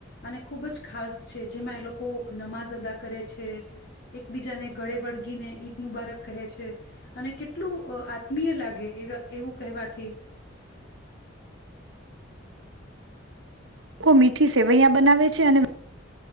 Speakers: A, on the left; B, on the right.
A: અને ખૂબ જ ખાસ છે જેમાં એ લોકો નમાઝ અદા કરે છે એકબીજાને ગળે વળગીને ઈદ મુબારક કહે છે અને કેટલું આત્મીય લાગે એ એવું કહેવાથી
B: લોકો મીઠી સેવૈયા બનાવે છે અને